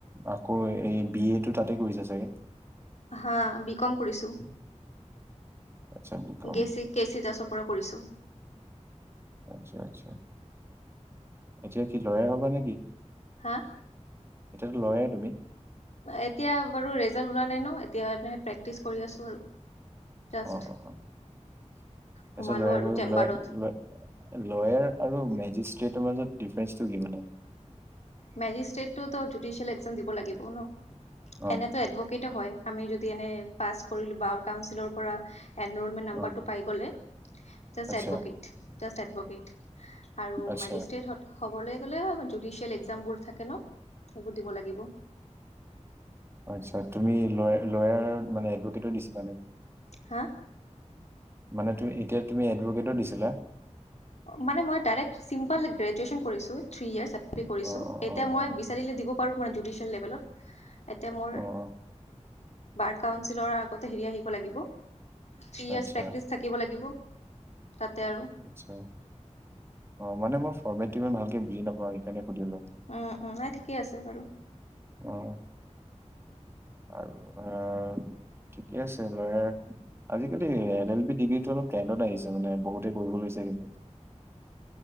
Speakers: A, on the right (about 20°); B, on the left (about 65°).
A: আকৌ এই বি এটো তাতে কৰিছা চাগে?
B: হা, বি কম কৰিছো।
A: আচ্ছা বি কম,
B: গেচি কেচি দাছৰ পৰা কৰিছোঁ।
A: আচ্ছা, আচ্ছা। এতিয়া কি লয়াৰ হ'বা নে কি?
B: হা
A: এতিয়াটো লয়াৰ তুমি?
B: এতিয়া বাৰু ৰেজাল্ট ওলোৱা নাই ন। এতিয়া এনে প্ৰেক্টিচ কৰি আছো আৰু। জাষ্ট
A: অ-অ-অ। তাৰপিছত
B: সোমালো
A: লয়াৰ
B: আৰু
A: কৰিব
B: চেম্বাৰত
A: লয়াৰ-ল-লয়াৰ আৰু মেজিষ্ট সিহঁতৰ মাজত ডিফাৰেন্সটো কি মানে?
B: মেজিষ্ট্ৰেটটো টো জুডিচিয়েল এক্সাম দিব লাগিব ন।
A: অ',
B: এনেটো এডভকেটো হয়। আমি যদি এনে পাছ কৰিলো বা কাউনচিলৰ পৰা এনৰলমেণ্ট নম্বৰটো
A: অ',
B: পাই গলে জাষ্ট
A: আচ্ছা,
B: এডভোকেট, জাষ্ট এডভোকেট। আৰু
A: আচ্ছা,
B: মেজিষ্ট্ৰেট হ হ'বলৈ গ'লে জুডিচিয়েল এক্সাম বোৰ থাকে ন? সেইবোৰ দিব লাগিব।
A: অ, আচ্ছা তুমি লয় লয়াৰ মানে এডভকেটো দিছা?
B: হা?
A: মানে এতিয়া তুমি এডভকেটো দিছিলা?
B: মানে মই ডাইৰেক্ট চিম্পল গ্ৰেজুৱেচন কৰিছো, থ্ৰী ইয়াৰছ। <unintelligible> কৰিছো,
A: অ', অ',
B: এতিয়া
A: অ',
B: মই
A: অ',
B: বিচাৰিলে দিব পাৰো মানে জুডিচিয়েল লেভেলত। এতিয়া মোৰ
A: অ', অ।
B: বাৰ কাউঞ্চিলৰ আগতে হেৰি আহিব লাগিব। থ্ৰী ইয়াৰ্ছ
A: আচ্ছা।
B: প্ৰেক্টিচ থাকিব লাগিব। তাতে আৰু
A: আচ্ছা অ, মানে মই ফৰ্মেটটো ইমান ভালকে বুজি নাপাওঁ সেইকাৰণে সুধিলো
B: উম, উম। নাই ঠিকেই আছে বাৰু।
A: অ আৰু আ ঠিকে আছে। ল'ৰা আজি-কালি এল এল বি ডিগ্ৰীটো অলপ টেন্দ্ৰত আহিছে মানে। বহুতে কৰিব লৈছে কিন্তু।